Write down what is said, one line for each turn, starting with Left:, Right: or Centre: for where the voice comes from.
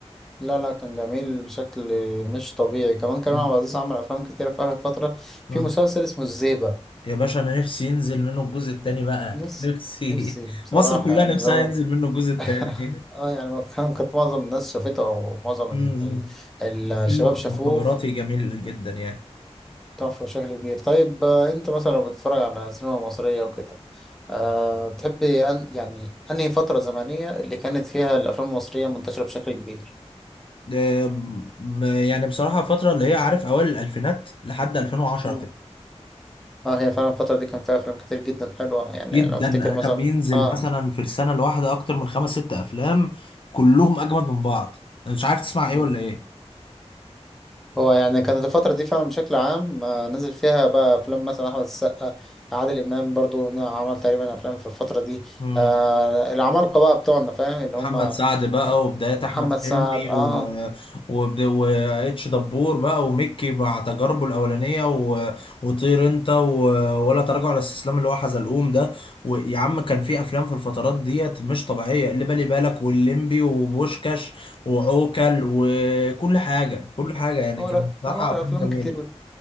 Centre: لا لا كان جميل بشكل مش طبيعي كمان كريم
Left: مم.
Centre: عبد العزيز عمل افلام كتيره في اخر فتره في
Left: آه.
Centre: مسلسل اسمه الزيبق
Left: يا باشا انا نفسي ينزل منه الجزء التاني بقى
Centre: نفسي
Left: نفسي
Centre: نفسي
Left: <laughs>
Centre: بصراحه
Left: مصر كلها
Centre: يعني
Left: نفسها
Centre: اللي هو
Left: ينزل منه الجزء التاني
Centre: <laughs> اه يعني ما كان- كانت معظم الناس شافته او معظم
Left: مم.
Centre: ال- ال- الشباب
Left: فيلم
Centre: شافوه
Left: مخابراتي جميل جدا يعني
Centre: تحفة بشكل كبير طيب آه، انت مثلا لو بتتفرج على سينما مصرية وكده أه بتحب أن يعني انهي فترة زمنية اللي كانت فيها الافلام المصرية منتشرة بشكل كبير
Left: آم، يعني بصراحة الفترة اللي هي عارف أوائل الألفينات لحد 2010
Centre: مم.
Left: كده
Centre: اه هي فعلا الفترة دي كان فيها افلام كتير جدا حلوة يعني
Left: جدا
Centre: انا افتكر
Left: أنا
Centre: مثلا
Left: كان بينزل
Centre: اه
Left: مثلا في السنة الواحدة أكتر من خمس ست أفلام كلهم أجمد من بعض أنا مش عارف تسمع إيه
Centre: مم.
Left: ولا إيه؟
Centre: هو يعني كانت الفترة دي فعلا بشكل عام آه، نزل فيها بقى أفلام مثلا أحمد السقا عادل إمام برضو ن- عمل تقريبا أفلام في الفترة دي
Left: مم.
Centre: آه العمالقة بقى بتوعنا فاهم اللي
Left: محمد
Centre: هم
Left: سعد بقى
Centre: يعني
Left: وبدايات
Centre: محمد
Left: احمد حلمي
Centre: سعد اه
Left: و وب- واتش دبور بقى وميكي مع تجاربه الاولانيه و... وطير انت و... ولا تراجع ولا استسلام اللي هو حزلقوم ده ويا عم كان في افلام في الفترات ديت مش طبيعيه اللي بالي بالك والليمبي وبوشكاش وعوكل وكل حاجه كل حاجه يعني
Centre: هو
Left: كانت
Centre: لا
Left: بصراحه
Centre: هو أفلام
Left: افلام جميله
Centre: كتير